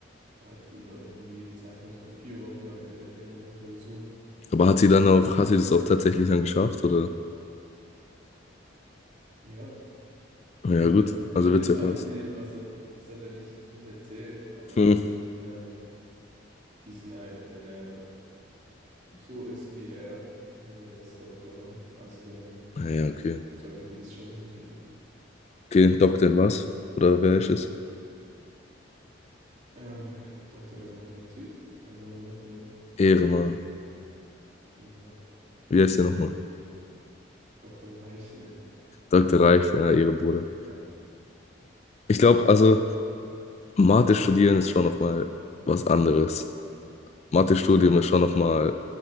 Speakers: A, on the right (about 40°); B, on the left (about 35°).
A: halt über irgendwie einen Zeitraum von vier Wochen am Ende, vier Wochen Klausur
B: Aber hat sie dann
A: und dann
B: auch,
A: war es
B: hat
A: fertig.
B: sie das auch tatsächlich dann geschafft, oder?
A: Ja,
B: Ja,
A: also
B: gut.
A: würde
B: Also
A: ich
B: wird's
A: jetzt
B: ja
A: mal
B: passen.
A: <laughs> annehmen. Also das hat er nicht, nicht erzählt, aber
B: Hm.
A: ähm, diesen, äh, wenn er so ist wie er, ich meine, der ist Doktorand, also dann
B: Naja, okay.
A: solltet ihr das schon hinkriegen.
B: Okay, Doktor in was? Oder wer ist es?
A: Ähm, Doktor der Mathematik, also mein Mathelehrer,
B: Ehrenmann.
A: ja,
B: Wie heißt der nochmal?
A: Doktor Reichle.
B: Dr. Reif, ja, Ehrenbruder.
A: Ja.
B: Ich glaube, also Mathe studieren ist schon nochmal was anderes. Mathe-Studium ist schon nochmal,